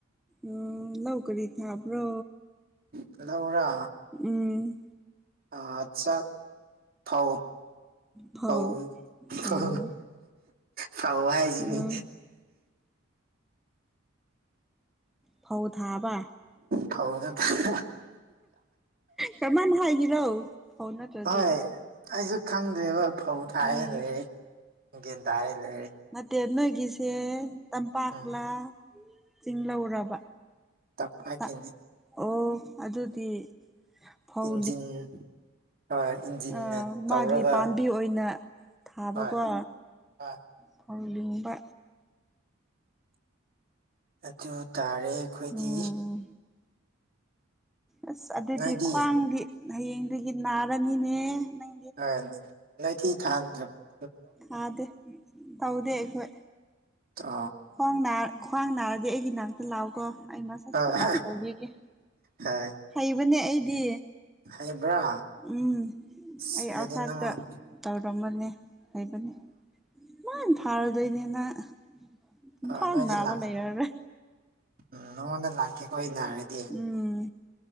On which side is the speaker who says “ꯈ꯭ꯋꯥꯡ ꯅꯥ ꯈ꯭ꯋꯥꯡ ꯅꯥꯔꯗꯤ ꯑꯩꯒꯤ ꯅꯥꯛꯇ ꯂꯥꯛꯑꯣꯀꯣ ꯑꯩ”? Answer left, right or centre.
Centre